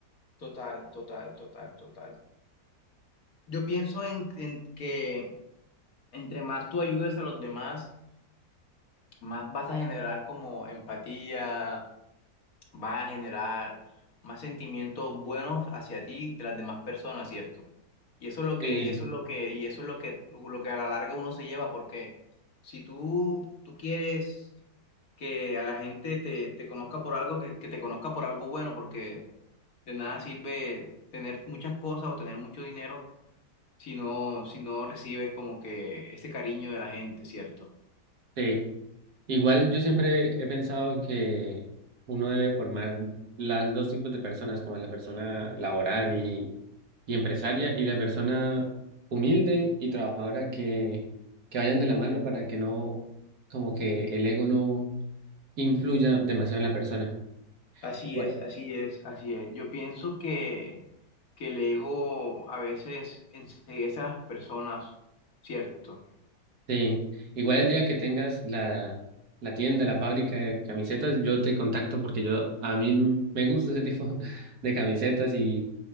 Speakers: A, on the left (about 60°); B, on the right (about 65°).
A: Total, total, total, total. Yo pienso en, en que entre más tú ayudes a los demás, más vas a generar como empatía, vas a generar más sentimientos buenos hacia ti de las demás personas, ¿cierto? Y eso es lo que,
B: Eh,
A: y eso es lo que, y eso es lo que, lo que a la larga uno se lleva, porque si tú, tú quieres que a la gente te, te conozca por algo, que, que te conozca por algo bueno, porque de nada sirve tener muchas cosas o tener mucho dinero si no, si no recibes como que ese cariño de la gente, ¿cierto?
B: Sí, Igual yo siempre he pensado que uno debe formar las dos tipos de personas, como la persona laboral y, y empresaria y la persona humilde y trabajadora que, que vayan de la mano para que no, como que el ego no influya demasiado en la persona.
A: Así
B: Bueno,
A: es, así es, así es. Yo pienso que, que el ego a veces enseguece a las personas, ¿cierto?
B: Sí, igual el día que tengas la, la tienda, la fábrica de camisetas, yo te contacto porque yo a mí me gusta ese tipo <laughs> de camisetas y